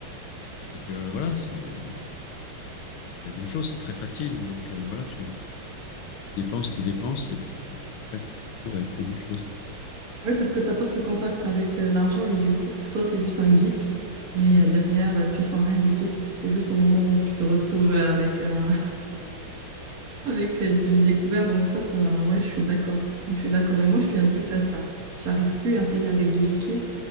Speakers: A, on the left; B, on the right.
A: C'est que voilà, c'est c'est la même chose, c'est très facile. Donc euh, voilà, tu, tu dépenses, tu dépenses, et puis euh, après tu te retrouves avec plus grand-chose.
B: Oui, parce que tu n'as pas ce contact avec euh, l'argent et du coup, pour toi, c'est juste un bip, mais euh, derrière, euh, tu sens rien du tout. C'est juste au moment où tu te retrouves euh, avec euh, avec euh, du découvert. Donc ça, ça, ouais, je suis d'accord. Je suis d'accord. Et moi, je suis addict à ça. J'arrive plus à payer avec du liquide.